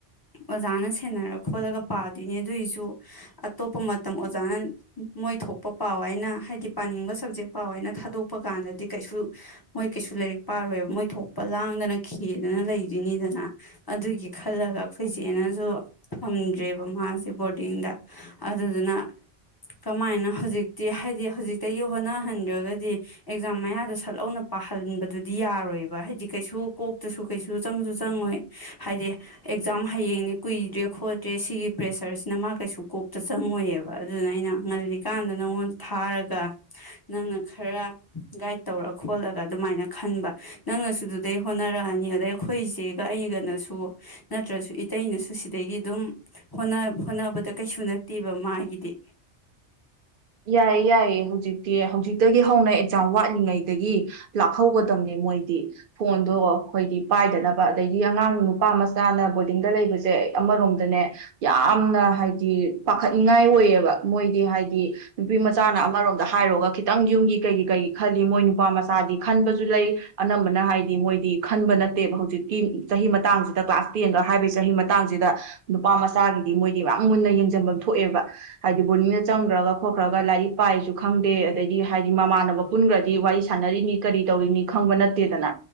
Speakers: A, on the left (about 25°); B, on the right (about 55°).
A: ꯑꯣꯖꯥꯅ ꯁꯦꯟꯅꯔ ꯈꯣꯠꯂꯒ ꯄꯥꯗꯣꯏꯅꯦ ꯑꯗꯨꯏꯁꯨ ꯑꯇꯣꯞꯄ ꯃꯇꯝ ꯑꯣꯖꯥꯅ ꯃꯣꯏ ꯊꯣꯛꯄ ꯄꯥꯎ ꯍꯥꯏꯅ ꯍꯥꯏꯗꯤ ꯄꯥꯅꯤꯡꯕ ꯁꯕꯖꯦꯛ ꯄꯥꯎ ꯍꯥꯏꯅ ꯊꯥꯗꯣꯛꯄ ꯀꯥꯟꯗꯗꯤ ꯀꯩꯁꯨ ꯃꯣꯏ ꯀꯩꯁꯨ ꯂꯥꯏꯔꯤꯛ ꯄꯥꯔꯣꯏꯕ ꯃꯣꯏ ꯊꯣꯛꯄ ꯂꯥꯡꯗꯅ ꯈꯦꯗꯅ ꯂꯩꯗꯣꯏꯅꯤꯗꯅ ꯑꯗꯨꯒꯤ ꯈꯜꯂꯒ ꯑꯩꯈꯣꯏꯆꯦꯠꯅꯁꯨ ꯊꯝꯗ꯭ꯔꯦꯕ ꯃꯥꯁꯦ ꯕꯣꯔꯗꯤꯡꯗ ꯑꯗꯨꯗꯨꯅ ꯀꯃꯥꯏꯅ ꯍꯧꯖꯤꯛꯇꯤ ꯍꯥꯏꯗꯤ ꯍꯧꯖꯤꯛꯇꯒꯤ ꯍꯣꯠꯅꯍꯟꯗ꯭ꯔꯒꯗꯤ ꯑꯦꯛꯖꯥꯝ ꯃꯌꯥꯗꯣ ꯁꯠꯂꯧꯅ ꯄꯥꯍꯟꯕꯗꯨꯗꯤ ꯌꯥꯔꯣꯏꯕ ꯍꯥꯏꯗꯤ ꯀꯩꯁꯨ ꯀꯣꯛꯇꯁꯨ ꯀꯩꯁꯨ ꯆꯪꯁꯨ ꯆꯪꯉꯣꯏ ꯍꯥꯏꯗꯤ ꯑꯦꯛꯖꯥꯝ ꯍꯌꯦꯡꯅꯤ ꯀꯨꯏꯗ꯭ꯔꯦ ꯈꯣꯠꯇ꯭ꯔꯦ ꯁꯤꯒꯤ ꯄ꯭ꯔꯦꯁꯔꯁꯤꯅ ꯃꯥ ꯀꯩꯁꯨ ꯀꯣꯛꯇ ꯆꯪꯉꯣꯏꯑꯕ ꯑꯗꯨꯅ ꯑꯩꯅ ꯉꯜꯂꯤꯀꯥꯟꯗ ꯅꯪꯉꯣꯟꯗ ꯊꯥꯔꯒ ꯅꯪꯅ ꯈꯔ ꯒꯥꯏꯗ ꯇꯧꯔ ꯈꯣꯠꯂ ꯑꯗꯨꯃꯥꯏꯅ ꯈꯟꯕ ꯅꯪꯅꯁꯨ ꯑꯗꯨꯗꯩ ꯍꯣꯠꯅꯔꯛꯑꯅꯤ ꯑꯗꯩ ꯑꯩꯈꯣꯏ ꯏꯁꯦꯒ ꯑꯩꯒꯅꯁꯨ ꯅꯠꯇ꯭ꯔꯁꯨ ꯏꯇꯩꯅꯁꯨ ꯁꯤꯗꯒꯤ ꯑꯗꯨꯝ ꯍꯣꯠꯅꯕꯗ ꯀꯩꯁꯨ ꯅꯠꯇꯦꯕ ꯃꯥꯒꯤꯗꯤ
B: ꯌꯥꯏꯌꯦ ꯌꯥꯏꯌꯦ ꯍꯧꯖꯤꯛꯇꯤ ꯍꯧꯖꯤꯛꯇꯒꯤ ꯍꯧꯅ ꯑꯦꯛꯖꯥꯝ ꯋꯥꯠꯂꯤꯉꯩꯗꯒꯤ ꯂꯥꯛꯍꯧꯒꯗꯝꯕꯅꯦ ꯃꯣꯏꯗꯤ ꯐꯣꯟꯗꯣ ꯑꯩꯈꯣꯏꯗꯤ ꯄꯥꯏꯗꯅꯕ ꯑꯗꯩꯗꯤ ꯑꯉꯥꯡ ꯅꯨꯄꯥ ꯃꯆꯥꯅ ꯕꯣꯔꯗꯤꯡꯗ ꯂꯩꯕꯁꯦ ꯑꯃꯔꯣꯝꯗꯅꯦ ꯌꯥꯝꯅ ꯍꯥꯏꯗꯤ ꯄꯥꯈꯠꯅꯤꯡꯉꯥꯏ ꯑꯣꯏꯌꯦꯕ ꯃꯣꯏꯗꯤ ꯍꯥꯏꯗꯤ ꯅꯨꯄꯤ ꯃꯆꯥꯅ ꯑꯃꯔꯣꯝ ꯍꯥꯏꯔꯣꯒ ꯈꯤꯇꯪ ꯌꯨꯝꯒꯤ ꯀꯩꯒꯤ ꯀꯩꯒꯤ ꯈꯜꯂꯤ ꯃꯣꯏ ꯅꯨꯄꯥ ꯃꯆꯥꯗꯤ ꯈꯟꯕꯁꯨ ꯂꯩ ꯑꯅꯝꯕꯅ ꯍꯥꯏꯗꯤ ꯃꯣꯏꯗꯤ ꯈꯟꯕ ꯅꯠꯇꯦꯕ ꯍꯧꯖꯤꯛꯇꯤ ꯆꯍꯤ ꯃꯇꯥꯡꯁꯤꯗ ꯀ꯭ꯂꯥꯁ ꯇꯦꯟꯒ ꯍꯥꯏꯕꯒꯤ ꯆꯍꯤ ꯃꯇꯥꯡꯁꯤꯗ ꯅꯨꯄꯥ ꯃꯆꯥꯒꯤꯗꯤ ꯃꯣꯏꯗꯤ ꯌꯥꯝ ꯃꯨꯟꯅ ꯌꯦꯡꯁꯤꯟꯐꯝ ꯊꯣꯛꯑꯦꯕ ꯍꯥꯏꯗꯤ ꯕꯣꯔꯅꯤꯡꯗ ꯆꯪꯈ꯭ꯔꯒ ꯊꯣꯛꯣꯈ꯭ꯔꯒ ꯂꯥꯏꯔꯤꯛ ꯄꯥꯏꯁꯨ ꯈꯪꯗꯦ ꯑꯗꯩꯗꯤ ꯍꯥꯏꯗꯤ ꯃꯃꯥꯟꯅꯕ ꯄꯨꯟꯈ꯭ꯔꯗꯤ ꯋꯥꯔꯤ ꯁꯥꯟꯅꯔꯤꯅꯤ ꯀꯔꯤ ꯇꯧꯔꯤꯅꯤ ꯈꯪꯕ ꯅꯠꯇꯦꯗꯅ